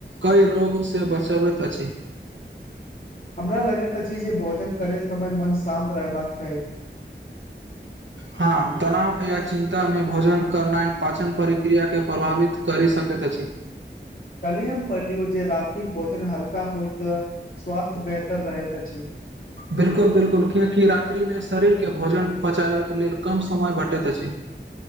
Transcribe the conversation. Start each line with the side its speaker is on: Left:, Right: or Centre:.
Right: कई रोग से बचबैत अछि
Left: हमरा लगैत अछि जे भोजन करैत समय मन शान्त रहबाक चाही
Right: हँ तनावमे या चिन्तामे भोजन करनाइ पाचन प्रक्रियाकेँ प्रभावित करि सकैत अछि
Left: कलिहम पढ़लिऔ जे रातिक भोजन हल्का होइ तऽ स्वास्थ बेहतर रह तऽची
Right: बिल्कुल बिल्कुल कियकि रात्रिमे शरीरके भोजन पचाबैके लेल कम समय भेटैत अछि